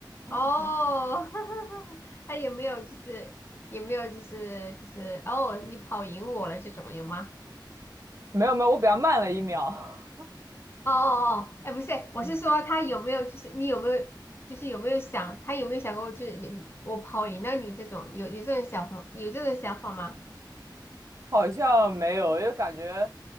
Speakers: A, on the right; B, on the left.
A: <laughs>
B: 哦，<laughs> 他有没有就是有没有就是就是哦，你跑赢我了这种有吗？
A: 没有没有，我比他慢了一秒。
B: 哦哦哦，哎，不是，
A: <laughs>
B: 我是说他有没有就是你有没有就是有没有想他有没有想过就是你你我跑赢了你这种有有这种想法有这种想法吗？
A: 嗯，好像没有，因为感觉